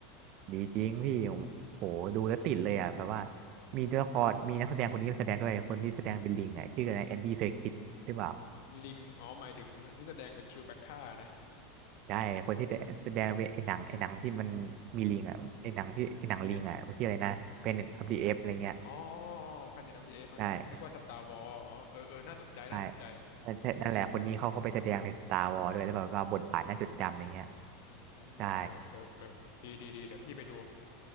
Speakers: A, on the right; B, on the left.
A: ดีจริงพี่ผมโหดูแล้วติดเลยอ่ะแบบว่ามีตัวละครมีนักแสดงคนนี้มาแสดงด้วยคนที่แสดงเป็นลิงอ่ะชื่ออะไรแอนดี้เซอร์คิสหรือเปล่า
B: ลิงอ๋อหมายถึงที่แสดงเป็นชิวแบ็คค่านะ
A: ใช่คนที่แสดงเป็นไอ้หนังไอ้หนังที่มันมีลิงอ่ะไอ้หนังที่ไอ้หนังลิงอ่ะมันชื่ออะไรนะเพนเน็ตออฟเดอะเอฟอะไรเงี้ย
B: อ๋อ Planet of the Apes อันนึกว่านึกว่าสตาร์วอ
A: ใช่
B: s อ๋อเออเออ น่าสนใจน่าสนใจ
A: ใช่นั่นนั่นแหละคนนี้เขาก็ไปแสดงในสตาร์วอร์ด้วยแล้วแบบว่าบทบาทน่าจดจำอะไรเงี้ย
B: อื
A: ใช่
B: มเออเออเออดีดีดีเดี๋ยวพี่ไปดู